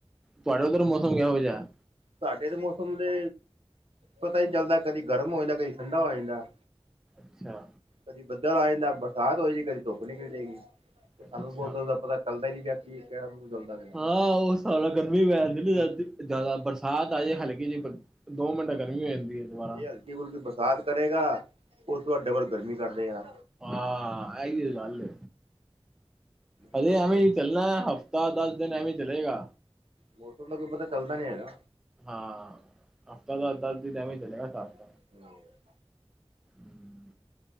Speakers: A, in the centre; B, on the right.
A: ਤੁਹਾਡੇ ਉਧਰ ਮੌਸਮ ਕਿਹੋ ਜਿਹਾ ਹੈ?
B: ਸਾਡੇ ਦੇ ਮੌਸਮ ਦੇ ਪਤਾ ਨੀ ਚੱਲਦਾ ਕਦੀ ਗਰਮ ਹੋ ਜਾਂਦਾ, ਕਦੀ ਠੰਡਾ ਹੋ ਜਾਂਦਾ।
A: ਅੱਛਾ।
B: ਕਦੀ ਬੱਦਲ ਆ ਜਾਂਦਾ, ਬਰਸਾਤ ਹੋਏਗੀ ਕਦੀ ਧੁੱਪ ਨਿਕਲ ਜਾਏਗੀ।
A: ਅੱਛਾ
B: ਸਾਨੂੰ ਵੀ ਮੋਸਮ ਦਾ ਪਤਾ ਚੱਲਦਾ ਨੀ ਪਿਆ ਕਿ ਕੇਹਣਾ ਮੋਸਮ ਚਲਦਾ ਪਿਆ?
A: ਆਓ ਉਸ ਗਰਮੀ ਪੈ ਜਾਂਦੀ ਨਾ ਜਿਆਦਾ ਬਰਸਾਤ ਆ ਜਾਏ ਹਲਕੀ ਜੀ ਦੋ ਮਿੰਟੇ ਗਰਮੀ ਹੋ ਜਾਂਦੀ ਹੈ। ਦੁਬਾਰਾ
B: ਜੇ ਹਲਕੀ-ਹੁਲਕੀ ਬਰਸਾਤ ਕਰੇਗਾ ਉਸ ਤੋਂ ਬਾਅਦ ਡਬਲ ਗਰਮੀ ਕਰਦੇਗਾ।
A: ਹਾਂ, ਇਹੀ ਹੋ ਗੱਲ ਏ
B: ਉਹਨਾਂ
A: ਅਸੀਂ
B: ਨੂੰ
A: ਐਵੇਂ
B: ਪਤਾ
A: ਹੀ ਚੱਲਣਾ ਹੈ ਹਫ਼ਤਾ- ਦਸ ਦਿਨ ਐਵੇਂ ਚਲੇਗਾ
B: ਮੌਸਮ ਦਾ ਕੋਈ ਪਤਾ ਚੱਲਦਾ ਨੀ ਹੈਗਾ।
A: ਹਾਂ, ਹਫ਼ਤਾ ਦਾ ਦਸ ਦਿਨ ਐਵੇਂ ਹੀ ਚਲੇਗਾ ਹਿਸਾਬ।
B: <inaudible>
A: ਹੂੰ।